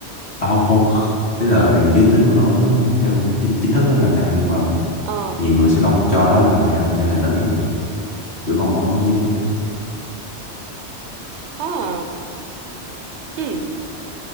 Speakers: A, on the left; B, on the right.
A: à, không không ý là giới tính của nó, nó theo chính, chính thức là nam nhưng mà
B: Ờ,
A: nhiều người sẽ không cho đó là nam hay là nữ hết. chứ không có giới tính
B: ha, hmm,